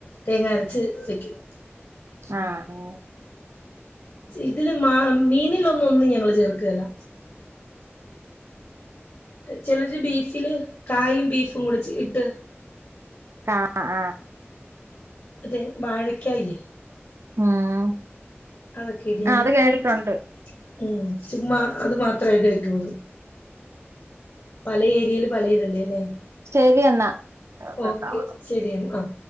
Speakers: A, on the left; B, on the right.
A: തേങ്ങരച്ച് വെയ്ക്കും.
B: ആഹ ഓ
A: ഇതില് മ മീനിലൊന്നൊന്നും ഞങ്ങള് ചേർക്കേലാ. ചെലര് ബീഫില് കായും ബീഫും കൂടി ച്ചേ ഇട്ട്
B: <unintelligible>
A: അതെ വാഴക്കായില്ലേ?
B: ഹും
A: അതൊക്കെ ഇട്ട് ഞങ്ങള്
B: അത്
A: അങ്ങനെ
B: കേട്ടിട്ടൊണ്ട്.
A: ചു ഉം ചുമ്മാ അത് മാത്രേ കൈക്കോള്ളൂ. പല ഏരിയേല് പലഇതല്ലേ ല്ലേ
B: ശരി എന്നാ കട്ടാവണം
A: ഓക്കെ ശെരിയെന്നാ ആഹ